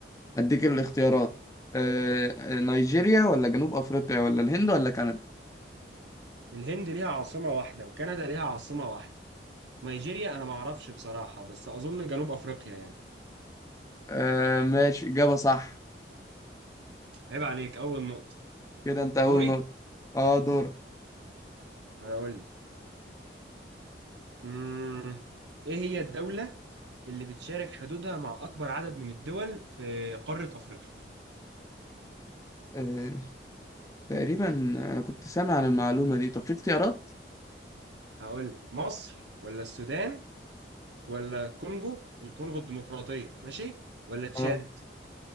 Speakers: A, on the left (about 20°); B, on the right (about 75°).
A: اديك الاختيارات آه نيجيريا ولا جنوب افريقيا ولا الهند ولا كندا
B: الهند ليها عاصمة واحدة وكندا ليها عاصمة واحدة نيجيريا أنا معرفش بصراحة بس أظن جنوب أفريقيا يعني
A: آه ماشي اجابة صح
B: عيب عليك أول نقطة
A: كده انت اول
B: دوري
A: نقطة اه دور
B: هقول لك مم. إيه هي الدولة اللي بتشارك حدودها مع أكبر عدد من الدول في قارة أفريقيا
A: آه تقريبا انا كنت سامع عن المعلومة دي طب في اختيارات
B: هقول لك مصر ولا السودان ولا كونجو الكونغو الديمقراطية ماشي ولا تشاد
A: اه